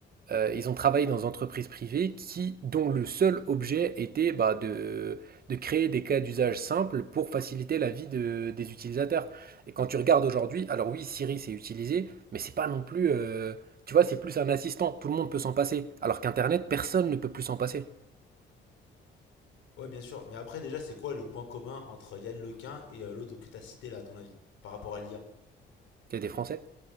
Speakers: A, on the right; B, on the left.
A: euh, ils ont travaillé dans des entreprises privées qui, dont le seul objet était bah, de, de créer des cas d'usage simples pour faciliter la vie de- des utilisateurs. Et quand tu regardes aujourd'hui, alors oui, Siri c'est utilisé, mais c'est pas non plus, euh, tu vois, c'est plus un assistant. Tout le monde peut s'en passer, alors qu'Internet, personne ne peut plus s'en passer.
B: Ouais, bien sûr. Mais après, déjà, c'est quoi le point commun entre Yann Lequin et euh, l'autre que t'as cité là, à ton avis, par rapport à l'IA?
A: Il y a des Français.